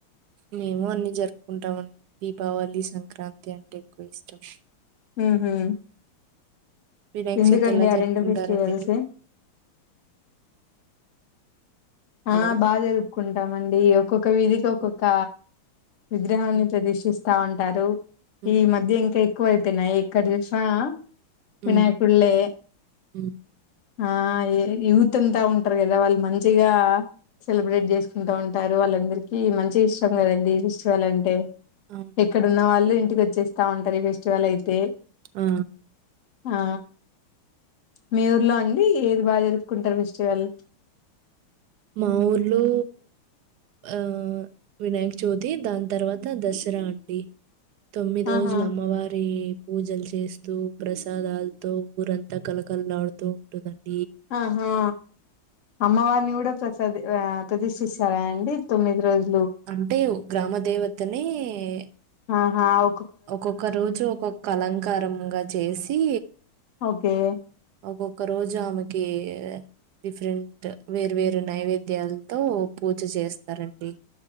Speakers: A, on the right; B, on the left.
A: మేము అన్ని జరుపుకుంటామండి దీపావళి సంక్రాంతి అంటే ఎక్కువ ఇష్టం
B: ఊహు
A: వినాయక
B: ఎందుకండి
A: చవితి ఎలా
B: ఆరెండు
A: జరుపుకుంటారండి
B: ఫెస్టివల్
A: మీరు
B: సే
A: హలో
B: ఆ బా జరుపు కుంటామండి ఒక్కొక్క వీధికి ఒక్కొక్క విగ్రహాన్ని
A: ఉమ్
B: ప్రదర్శిస్త స్తా ఉంటారు
A: ఉమ్
B: ఈ మధ్య ఇంకా ఎక్కువ అయిపోయినాయి ఎక్కడ చూసినా వినాయకుల్లే
A: ఉమ్ ఉమ్
B: ఆ యూత్ అంతా ఉంటారు కదా వాళ్ళు మంచిగా గా సెలబ్రేట్ చేసుకుంటా ఉంటారు వాళ్ళందరికి మంచి ఇష్టం కదండి ఫెస్టివల్ అంటే
A: అవును
B: ఎక్కడన్న వాళ్ళు ఇంటికి వచ్చేస్తా ఉంటారు ఈ ఫెస్టివల్ అయితే
A: ఆ
B: ఆ మీ ఊర్లో అండి ఏది బాగా జరుపుకుంటారు ఫెస్టివల్
A: మా ఊర్లో ఆ వినాయక చవితి దాని తర్వాత దసరా అండి తొమ్మిది
B: ఆహా
A: రోజులు అమ్మవారి పూజలు చేస్తూ ప్రసాదాలతో ఊరంతా కలకలాడుతూ ఉంటుందని
B: ఆహా అమ్మవారీ నీ కూడా ప్రస్ ప్రదష్ిస్తారా అండి తొమ్మిది రోజులు
A: అంటే ఓ గ్రామ దేవతని ఎ
B: ఆహా ఓ
A: ఒక్కొక్క రోజు ఒక్కొక్క అలంకారంగా చేసి
B: కె
A: ఒక్కొక్క రోజు ఆమెకి డిఫరెంట్ వేరు వేరు నైవేద్యాలతో పూజ చేస్తారండి